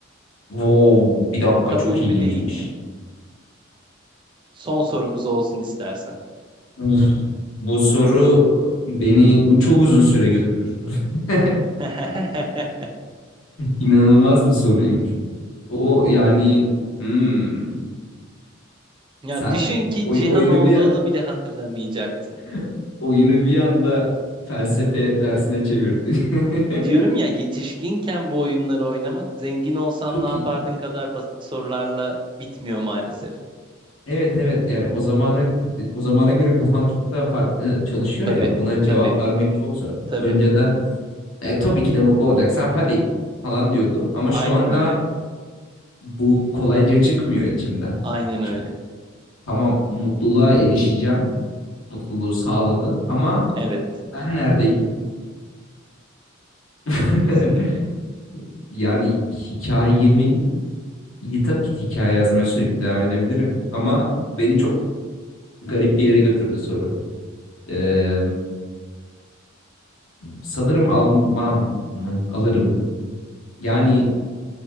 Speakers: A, on the left (about 85°); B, on the right (about 25°).
A: Wow. Bir dakika
B: Kabul
A: çok
B: mü
A: ilginçmiş.
B: değil mi? Son sorumuz olsun istersen.
A: Uf, Bu soru beni çok uzun süre götürür. <laughs>
B: <laughs>
A: İnanılmaz bir soruymuş. O yani hmm.
B: Ya
A: Sen
B: düşün ki
A: oy-
B: Cihan
A: oyunu
B: olduğunu
A: bir
B: bile hatırlamayacaksın.
A: <laughs> oyunu bir anda felsefe dersine çevirdin.
B: Diyorum
A: <laughs>
B: ya yetişkinken bu oyunları oynamak zengin olsan
A: Çok
B: ne yapardın
A: iyi.
B: kadar basit sorularla bitmiyor maalesef.
A: Evet evet yani o zamana o zamana göre kafan çok daha farklı çalışıyor
B: Tabii,
A: ya buna cevap
B: tabii,
A: vermek çok zor.
B: tabii.
A: Önceden "E, tabii ki de mutlu olacaksam hadi falan diyordum ama
B: Aynen
A: şu anda
B: öyle.
A: bu kolayca çıkmıyor içimden.
B: Aynen öyle.
A: Çünkü tamam mutluluğa erişeceğim, mutluluğu sağladım ama
B: Evet.
A: ben neredeyim? <laughs>
B: Kesinlikle.
A: yani hikayemin iyi tabii ki hikaye yazmaya sürekli devam edebilirim ama beni çok garip bir yere götürdü soru. Ee, sanırım almam mı? Alırım. Yani